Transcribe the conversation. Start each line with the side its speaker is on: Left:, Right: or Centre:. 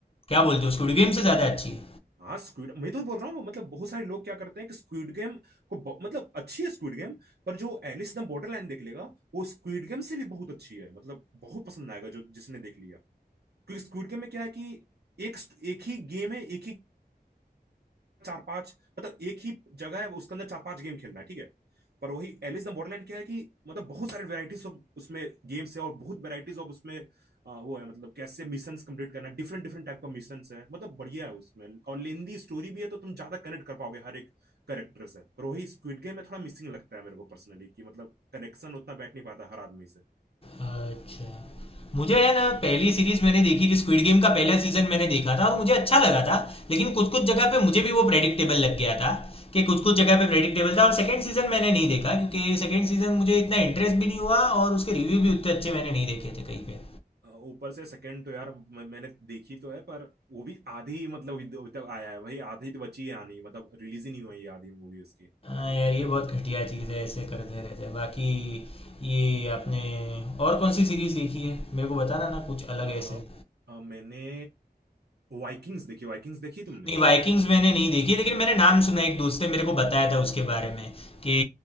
Left: क्या बोलते हो स्क्विड गेम से ज़्यादा अच्छी है
Right: हाँ स्क्विड मैं तो बोल रहा हूँ मतलब बहुत सारे लोग क्या करते हैं कि स्क्विड गेम को ब- मतलब अच्छी है स्क्विड गेम पर जो एलिस इन द बॉर्डरलाइन देख लेगा वो स्क्विड गेम से भी बहुत अच्छी है मतलब बहुत पसंद आएगा जो जिसने देख लिया क्योंकि स्क्विड गेम में क्या है कि एक एक ही गेम है एक ही चार पांच मतलब एक ही जगह है उसके अंदर चार पांच गेम खेलना है ठीक है पर वही एलिस द बॉर्डरलैंड क्या है कि मतलब बहुत सारे वेराइटीज ऑफ उसमें गेम्स है और बहुत वेराइटीज ऑफ उसमें आ, वो है मतलब कैसे मिशंस कंप्लीट करना डिफरेंट डिफरेंट टाइप का मिशंस है मतलब बढ़िया है उसमें और लेंदी स्टोरी भी है तो तुम ज्यादा कनेक्ट कर पाओगे हर एक करेक्टर से पर वही स्क्विड गेम में थोड़ा मिसिंग लगता है मेरे को पर्सनली कि मतलब कनेक्शन उतना बैठ नहीं पाता हर आदमी से
Left: अच्छा मुझे है ना पहली सीरीज मैंने देखी थी स्क्विड गेम का पहला सीजन मैंने देखा था और मुझे अच्छा लगा था लेकिन कुछ कुछ जगह पे मुझे भी वो प्रेडिक्टेबल लग गया था कि
Right: हाँ
Left: कुछ कुछ जगह पे प्रेडिक्टेबल था और सेकंड सीजन मैंने नहीं देखा क्योंकि सेकंड सीजन मुझे इतना इंटरेस्ट भी नहीं हुआ और उसके रिव्यू भी उतने अच्छे मैंने नहीं देखे थे कहीं पे
Right: ऊपर से सेकंड तो यार मैं, मैंने देखी तो है पर वो भी आधी मतलब अभी अभी तक आया है भाई आधी तो बची है आनी मतलब रिलीज ही नहीं हुई है आधी मूवी उसकी
Left: हाँ यार, ये
Right: देख,
Left: बहुत घटिया चीज़ है, ऐसे करते रहते हैं। बाकी ये आपने और कौन-सी सीरीज़ देखी है? मेरे को बताना ना कुछ अलग
Right: आ,
Left: ऐसे।
Right: आ, मैंने वाइकिंग्स देखी वाइकिंग्स देखी तुमने
Left: नहीं, वाइकिंग्स मैंने नहीं देखी, लेकिन मैंने नाम सुना है, एक दोस्त ने मेरे को बताया था उसके बारे में कि